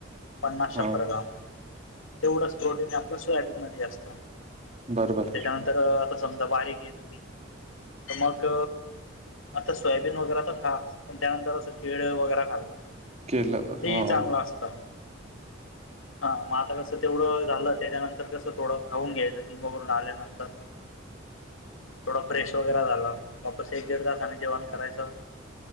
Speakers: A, on the left; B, on the right.
A: पन्नास
B: आहे
A: शंभर
B: हा
A: ग्राम. तेवढंच प्रोटीन आपल्या सोयाबीन मध्ये असत
B: बरोबर
A: त्याच्यानंतर. तर आता समजा बारीक आहे तुम्ही तर मग आता सोयाबीन वगैरे तर खा पण त्यानंतर असं केळ वगैरे खाल्लं.
B: केलं.
A: ते
B: हा
A: चांगलं
B: हो
A: असत हा मग आता कसं तेवढं झालं त्याच्यानंतर, कस थोडं खाऊन घ्यायचं जिमवरून आल्यानंतर थोडा फ्रेश वगैरे झाला वापस एक दीड तासाने जेवण करायचं